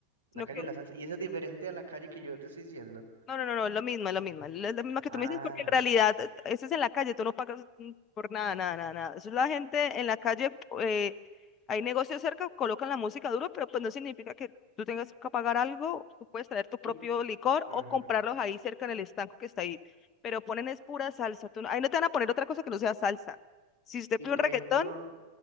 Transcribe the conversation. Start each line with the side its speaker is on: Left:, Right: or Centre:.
Right: La
Left: sino
Right: calle
Left: que
Right: de la salsa. Y esa es diferente a la calle que yo te estoy diciendo.
Left: No, no, no, no, es lo mismo, es lo mismo. es lo mismo que
Right: Ah,
Left: tú me dices, porque
Right: ya.
Left: en realidad eh, eso es en la calle, tú no pagas mm, por nada, nada, nada, nada. Eso es la gente en la calle, eh, hay negocios cerca, colocan la música duro, pero pues no significa que tú tengas que pagar algo, tú puedes traer tu propio
Right: Y,
Left: licor
Right: ajá,
Left: o comprarlos ahí cerca en el estanco que está ahí. Pero ponen es pura salsa, tú no- ahí no te van a poner otra cosa que no sea salsa. Si usted
Right: y
Left: pide
Right: por
Left: un reggaetón,
Right: ejemplo,